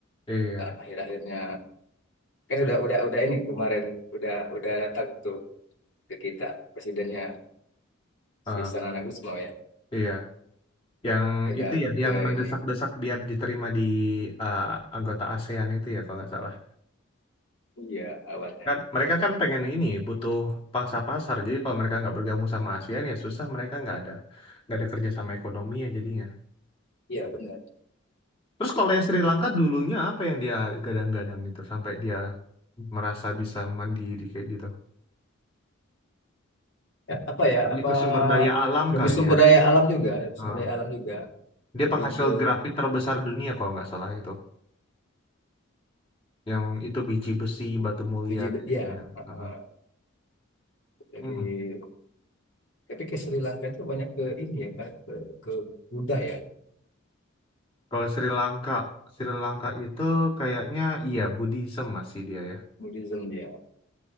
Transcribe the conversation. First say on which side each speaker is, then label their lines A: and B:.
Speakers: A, on the left; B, on the left.
A: iya
B: Nah, akhir-akhirnya kan udah udah udah ini kemarin udah udah datang tuh ke kita presidennya si
A: eh,
B: Sanana Gusmao ya
A: iya yang
B: udah
A: itu ya
B: ke
A: yang mendesak-desak
B: ini
A: biar diterima di eh, anggota ASEAN itu ya kalau nggak salah
B: iya awalnya
A: kan mereka kan pengen ini butuh pangsa pasar jadi kalau mereka nggak bergabung sama ASEAN ya susah mereka nggak ada nggak ada kerjasama ekonominya jadinya
B: iya benar
A: Terus kalau yang Sri Lanka dulunya apa yang dia gadang-gadang itu sampai dia merasa bisa mandiri kayak gitu?
B: ya, apa ya
A: Lebih
B: apa
A: ke sumber daya alam
B: lebih
A: kali
B: sumber
A: ya.
B: daya alam juga
A: Eh,
B: sumber daya alam juga
A: dia
B: lebih
A: penghasil
B: ke
A: grafit terbesar dunia kalau nggak salah itu. Yang itu biji besi, batu mulia.
B: biji
A: kayaknya.
B: ya eh,
A: Eh,
B: eh, lebih
A: hmm.
B: tapi ke Sri Lanka itu banyak ke ini ya Kak, ke ke Buddha ya
A: Kalau Sri Lanka, Sri Lanka itu kayaknya iya Buddhism masih dia ya.
B: Buddhism dia